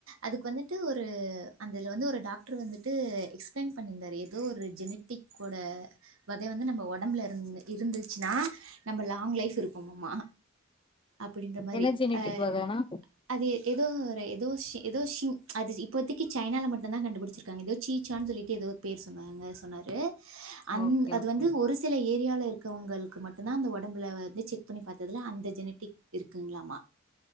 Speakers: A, on the right; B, on the left.
A: அதுக்கு வந்து ஒரு அதுல வந்து ஒரு டாக் வந்துட்டு எக்ஸ்பிளைன் பண்ணியிருந்தாரு ஏதோ ஒரு ஜெனட்டிகோட வதை வந்து நம்ம உடம்புல இருந்து இருந்துச்சுன்னா நம்ம லாங் லைஃப் இருப்போம்மா அப்படின்ற மாதிரி
B: எனர்ஜெனிட்டிக்
A: அஹ்
B: வகனா
A: அது ஏதோ ஒரு ஏதோ ஏதோ அது இப்பதைக்கு சைனால மட்டும்தான் கண்டுபிடிச்சிருக்காங்க ஏதோ சீசான்னு சொல்லிட்டு ஏதோ பேர் சொன்னாங்க சொன்னாரு அந்த
B: ஓகே
A: அது
B: ஓகே
A: வந்து ஒரு சில ஏரியால இருக்கிறவங்களுக்கு மட்டும் தான் அந்த உடம்புல வந்து செக் பண்ணி பார்த்ததுல அந்த ஜெனட் இருக்குங்களாமா